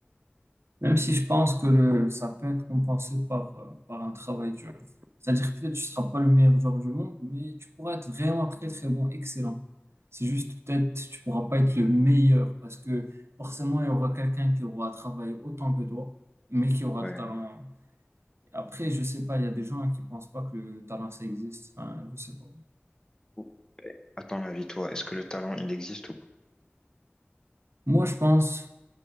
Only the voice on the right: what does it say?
Même si je pense que le, ça peut être compensé par, euh, par un travail dur. C'est-à-dire que peut-être tu ne seras pas le meilleur joueur du monde, mais tu pourras être vraiment très, très bon, excellent. C'est juste peut-être tu ne pourras pas être le meilleur parce que forcément, il y aura quelqu'un qui aura travaillé autant que toi, mais qui aura
le talent. Après, je sais pas, il y a des gens qui pensent pas que le talent, ça existe. Enfin, je sais pas.
Moi, je pense.